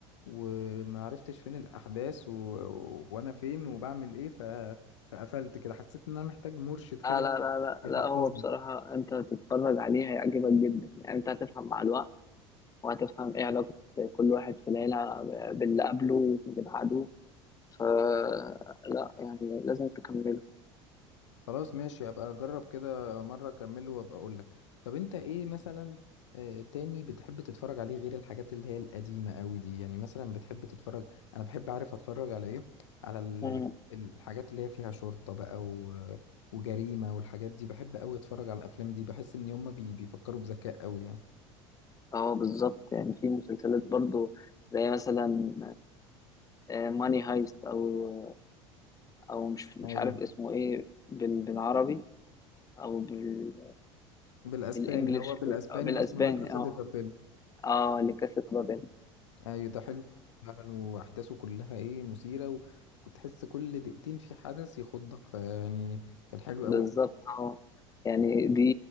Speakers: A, on the left (about 75°); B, on the left (about 20°).
A: وما عرفتش فين الاحداث و... وانا فين وبعمل ايه ف... فقفلت كده حسيت ان انا محتاج مرشد كده
B: لا لا لا لا
A: يحفظني
B: لا هو بصراحة أنت هتتفرج عليه هيعجبك جدا يعني أنت هتفهم مع الوقت وهتفهم ايه علاقة كل واحد في العيلة باللي قبله واللي بعده فلا يعني لازم تكمله
A: خلاص ماشي ابقى اجرب كده مره اكمله وابقى اقول لك طب انت ايه مثلا آه، تاني بتحب تتفرج عليه غير الحاجات اللي هي القديمه قوي دي يعني مثلا بتحب تتفرج انا بحب اعرف اتفرج على ايه على ال-
B: مم.
A: الحاجات اللي هي فيها شرطه بقى و... وجريمه والحاجات دي بحب قوي اتفرج على الافلام دي بحس ان هم بي... بيفكروا بذكاء قوي يعني
B: اه بالظبط يعني في مسلسلات برضو زي مثلا ماني هايست او آه، او مش مش
A: ايوه
B: عارف اسمه ايه بال- بالعربي او بال
A: بالاسباني
B: بالانجلش
A: هو بالاسباني
B: بالاسباني
A: اسمه لا كاسا
B: اه
A: دي بابيل
B: اه لكاسا دي بابيل
A: ايوه ده حلو فعلا واحداثه كلها ايه مثيره وكنت تحس كل دقيقتين في حدث يخضك فيعني كان حلو
B: بالظبط
A: قوي
B: اه يعني دي